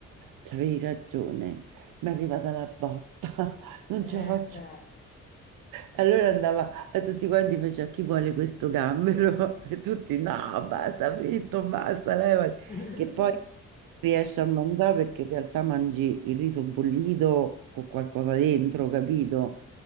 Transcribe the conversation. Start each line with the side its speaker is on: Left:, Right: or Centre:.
Right: c'avevi ragione, mi è arrivata la botta, <laughs> non
Left: Eh
Right: ce la faccio
Left: beh,
Right: allora andava a tutti quanti, faceva chi vuole questo gambero? <laughs> E tutti no, basta, fritto, basta, levati.
Left: <laughs>
Right: Che poi riesci a mangiare perché in realtà mangi il riso bollito con qualcosa dentro, capito?